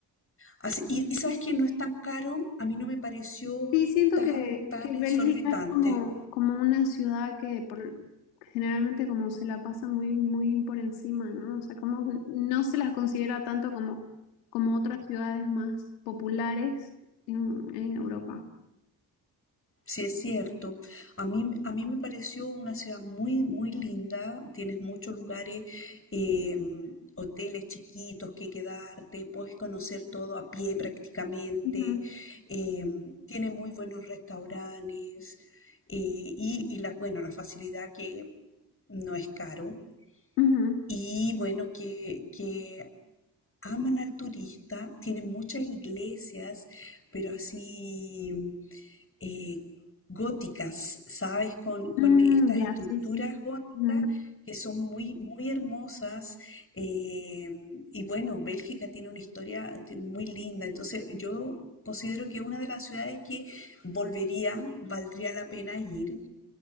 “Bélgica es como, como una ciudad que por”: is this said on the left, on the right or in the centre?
Left